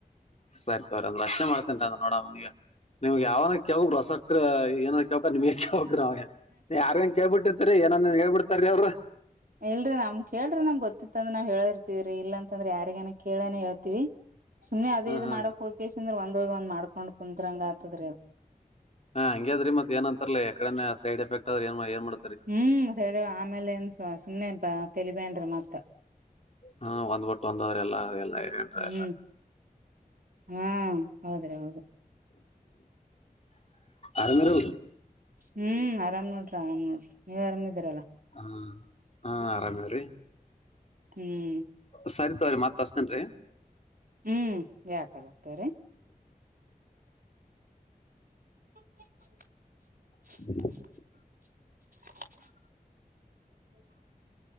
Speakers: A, on the left (about 45°); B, on the right (about 65°).
A: ಸರಿ ತವ್ರ ಅಂದ್ರ ಅಷ್ಟೇ ಮಾಡ್ತೇನ್ ಅಂದ ನೋಡನಗ ನಿಮ್ಗೆ ಯಾವನ ಯಾವ ರಸಕ್ ಏನ. ಕ ನಿಮ್ಕಾವ ಯಾರ ಂಗನ್ ಕೇಳ್ಬಿಟ್ಟಿರ್ತರಿ ಏನನ್ನ್ ಹೇಳ್ಬಿಡ್ತಾರೀ ಅವ್ರು.
B: ಇಲ್ರಿ ನಮ್ ಕೇಳ್ರಿ ನಮ್ ಗೊತ್ತ ಅಂದ್ರ ನಾವ್ ಹೇಳಿರ್ತಿವಿ್ರರಿ ಇ ಅಂದ್ರೆ ಯಾರಿಗೇನ ಕೇಳೇನ ಹೇಳ್ತಿೀವಿ. ಸುಮನೆ ಅದೇದು
A: ಹಾ ಹಾ.
B: ಮಾಡಕ್ ಹೋಗೇಶ ಅ್ರೆ ಒಂದ ಹೋಗಿ ಒಂದ್ ಮಾಡ್ಕೊಂಡ್ ಕುತ್ರಂಗ ಆತದ್ರೀ ಅದು.
A: ಹಾ ಹಂಗ ಅದ್ರ ಮತ್ ಏ ಅಂತರ್ಲ್ಲ ಎಡೇ ಸೈಡ್ ಎಫೆಕ್ ಆದ್ರ ಏನ್ ಮಾಡ.
B: ಹ್ಮ್ ಸ ಆಮೇಲೆ ಏನ್ ಸುಮನೆನ್ಪ ತಲಿಬೇನ್ರಿ ಮತ್ತ.
A: ಹಾ ಒಂದ್ಬಟ್ಟು ಒಂದವ್ರ ಎಲ್ಲಾಲ್ಲಾ ಏರಿನ್್ರ
B: ಹ್ಮ್
A: ಎಲ್ಲ.
B: ಹಾ ಹೌದ್ರಿ ಹೌದು
A: ಆರಮರ.
B: ಹ್ಮ್ ಆರಾಮ್ ನೋಡ್ರಿ ಆರಾಮ್ ನೋಡ್ರಿ ನೀವ್ರಾಮಿದಿ್ರಲ್ಲಾ.
A: ಹಾ ಹಾ ಆರಾಮ್ಯವ್ರಿ.
B: ಹ್ಮ-
A: ಸರಿ ತವ್ರರಿತ್ ತಾಸ್ತೇನ್ೀ.
B: ಹ್ಮ್ ಯಾಕಲ ಆತವ್ರೀ. <unintelligible>
A: <unintelligible>
B: <inaudible>